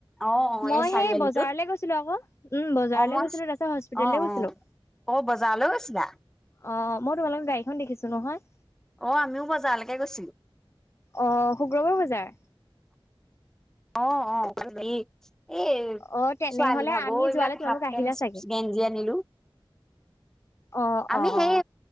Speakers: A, in the centre; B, on the left (about 30°).
A: অ', অ',
B: মই
A: এই চাৰিআলিটোত
B: সেই বজাৰলে গৈছিলো আকৌ উম বজাৰলৈ
A: অ', মই
B: গৈছিলো তাৰছত হস্পিতেললে
A: অ',
B: গৈছিলো।
A: অ', অ বজাৰলৈ গৈছিলা?
B: অ অ মই তোমালোকৰ গাড়ীখন দেখিছো নহয়।
A: অ আমিও বজাৰলেকে গৈছিলো।
B: অ শুক্ৰবাৰ বজাৰ?
A: অ অ <unintelligible> এই
B: অ তেনেহলে
A: ছোৱালীভাগৰ
B: আমি
A: এইবিলাক
B: যোৱালে তোমালোক
A: হাফ পেণ্ট
B: আহিলা চাগে
A: গেঞ্জি আনিলো।
B: অ
A: আমি
B: অ
A: সেই
B: অ